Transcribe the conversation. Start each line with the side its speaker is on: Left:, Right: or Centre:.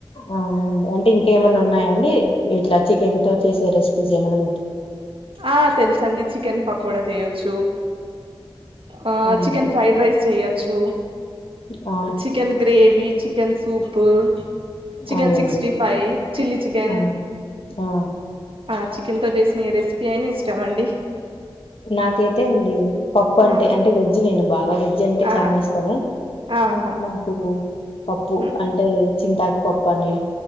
Left: అవునా అండి అంటే ఇంక ఏమన్నా ఉన్నాయా అండి ఇట్లా చికెన్ తో చేసే రెసిపీస్ ఏమన్నా
Right: ఆ తెల్సండి చికెన్ పకో డా చేయొచ్చు. ఆ
Left: అవునండి
Right: చికెన్ ఫ్రైడ్ రైస్ చెయొచ్చు,
Left: ఆ,
Right: chicken gravy chicken soup chicken
Left: అవునులేండి
Right: సిక్స్టీ ఫైవ్ చల్లీ చికెన్
Left: అవును ఆ.
Right: ఆ ఎంతో చేసిన ఈ రెసిపీ అయినా ఇష్టం అండి
Left: నాకైతే అండి పప్పు అంటే
Right: ఆ
Left: అంటే వెజ్ నేను బా వెజ్ అంటే
Right: ఆ
Left: చాలా ఇష్టము
Right: ఆహా
Left: నాకు పప్పు
Right: హ్మ్,
Left: అంటే చింతకు పప్పని